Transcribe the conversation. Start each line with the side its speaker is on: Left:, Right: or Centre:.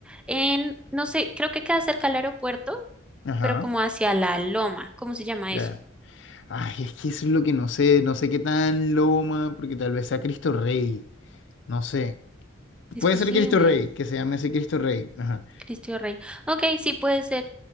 Centre: en, no sé, creo que queda cerca al aeropuerto,
Left: Ajá.
Centre: pero como hacia la Loma. ¿Cómo se llama
Left: Ya.
Centre: eso?
Left: Ay, es que eso es lo que no sé, no sé qué tan loma, porque tal vez sea Cristo Rey. No sé.
Centre: Es
Left: Puede
Centre: posible.
Left: ser Cristo Rey, que se llame así Cristo Rey. Ajá.
Centre: Cristo Rey. Ok, sí puede ser.